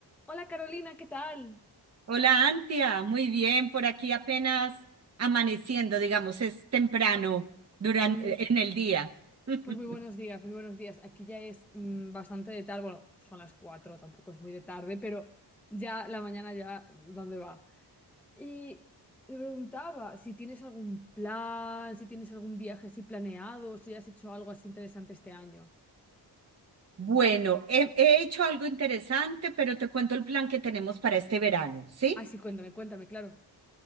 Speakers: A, in the centre; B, on the right.
A: Hola Carolina, ¿qué tal?
B: Hola, Antia. Muy bien, por aquí apenas amaneciendo, digamos, es temprano durante
A: Ay, muy,
B: en el día. <laughs>
A: pues muy buenos días, muy buenos días. Aquí ya es mm, bastante de tarde, bueno, son las 4, tampoco es muy de tarde, pero ya la mañana ya, ¿dónde va? Y me preguntaba si tienes algún plan, si tienes algún viaje así planeado, si has hecho algo así interesante este año.
B: Bueno, he, he hecho algo interesante, pero te cuento el plan que tenemos para este verano, ¿sí?
A: Ay, sí, cuéntame, cuéntame, claro.